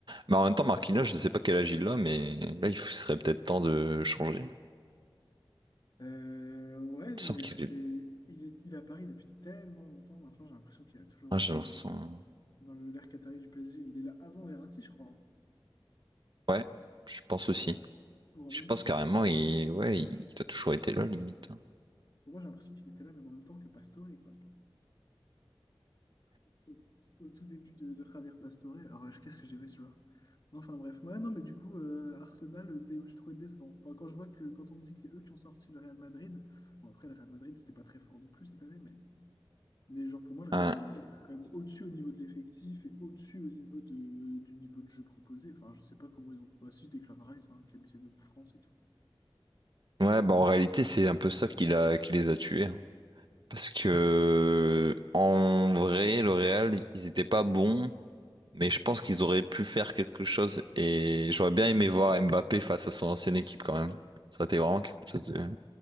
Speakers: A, on the right (about 60°); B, on the left (about 50°).
A: Mais en même temps, Marquinhos, je sais pas quel âge il a, mais là, il serait peut-être temps de changer. Il me
B: Euh, ouais,
A: semble
B: il est,
A: qu'il
B: ça fait,
A: est...
B: il est, il est à Paris depuis tellement longtemps maintenant, j'ai l'impression qu'il a toujours
A: Ah, j'ai
B: été
A: l'impression-
B: euh, dans le, dans le, l'ère qatari du PSG. Il est là avant Verratti, je crois, hein,
A: Ouais, je pense aussi.
B: ou en
A: Je
B: même
A: pense
B: temps.
A: carrément, il, ouais, il, il a toujours été là, limite.
B: Pour moi, j'ai l'impression qu'il était là même en même temps que Pastore, quoi. Au, au tout début de, de Javier Pastore. Alors, euh, qu'est-ce que j'aimais ce joueur? Enfin bref, ouais, non, mais du coup, euh, Arsenal, euh, dé- j'ai trouvé décevant. Enfin, quand je vois que, quand on me dit que c'est eux qui ont sorti le Real Madrid, bon après, le Real Madrid, c'était pas très fort non plus cette année, Mais genre pour moi, le
A: Hein.
B: Real euh, est quand même au-dessus au niveau de l'effectif et au-dessus au niveau de, du niveau de jeu proposé. Enfin, je sais pas comment ils ont. Bah, si, Declan Rice, hein, qui a mis ses deux coups francs, c'est tout.
A: Ouais, bah en réalité, c'est un peu ça qui l'a, qui les a tués. hein. Parce que, en vrai, le Real, ils étaient pas bons, mais je pense qu'ils auraient pu faire quelque chose. Et j'aurais bien aimé voir Mbappé face à son ancienne équipe, quand même. Ça aurait été vraiment quelque chose de